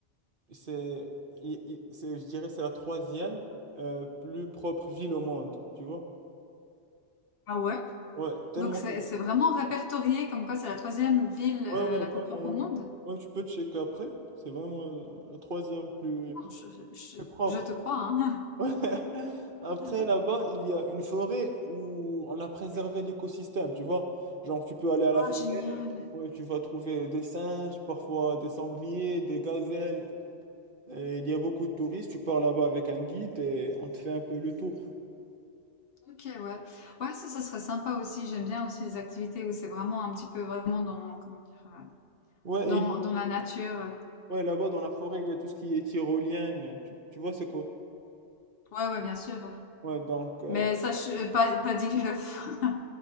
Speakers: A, on the right; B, on the left.
A: c'est, il- il- c'est- je dirais, c'est la troisième euh, plus propre ville au monde, tu vois?
B: Ah ouais?
A: Ouais, tellement.
B: Donc c'est c'est vraiment répertorié comme quoi c'est la troisième ville
A: Ouais,
B: euh,
A: ouais,
B: la
A: vraiment,
B: plus propre au
A: ouais.
B: monde?
A: Ouais, tu peux checker après. C'est vraiment euh, la troisième plus,
B: Non, je, je, je-
A: plus propre.
B: je te crois,
A: <laughs>
B: hein.
A: Ouais. Après,
B: <laughs>
A: là-bas, il y a une forêt où on a préservé l'écosystème, tu vois? Genre, tu peux aller à la
B: Oh,
A: forêt,
B: génial.
A: ouais, tu vas trouver des singes, parfois des sangliers, des gazelles. Et il y a beaucoup de touristes, tu pars là-bas avec un guide et on te fait un peu le tour.
B: Ok, ouais. Ouais, ça, ça serait sympa aussi. J'aime bien aussi les activités où c'est vraiment un petit peu vraiment dans, comment dire, euh,
A: Ouais,
B: dans,
A: et il y a
B: dans la nature.
A: Ouais, là-bas dans la forêt, il y a tout ce qui est tyrolienne. Tu, tu vois, c'est quoi?
B: Ouais, ouais, bien sûr.
A: Ouais, donc, euh,
B: Mais ça, je, euh, pas, pas dit que je le <laughs> ferais.